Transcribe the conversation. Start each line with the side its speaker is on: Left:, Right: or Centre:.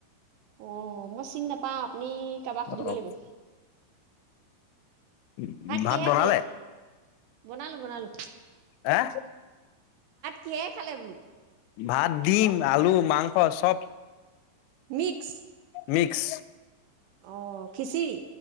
Right: অ ম চিন নাপাও আপুনি কাৰোবাক সুধিব
Left: অ',
Right: লাগিব
Left: উ ভাত
Right: কিহে
Left: বনালে
Right: খালে বনালো বনালো
Left: আহ
Right: কিয় খালে বোলো
Left: ভাত দিম আলু মাংস চব
Right: মিক্স
Left: মিক্স
Right: অ খিচিৰি